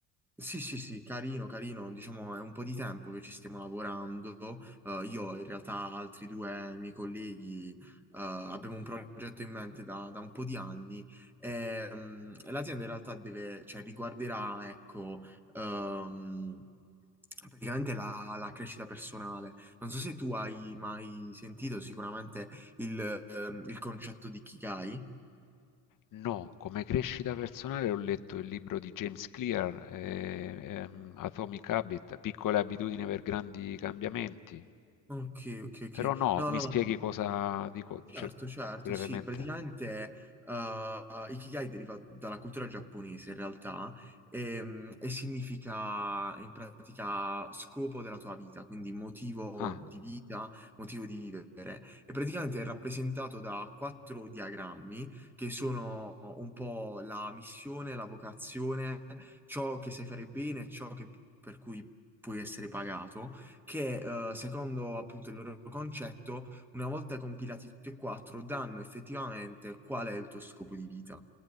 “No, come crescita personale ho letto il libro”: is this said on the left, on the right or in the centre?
Left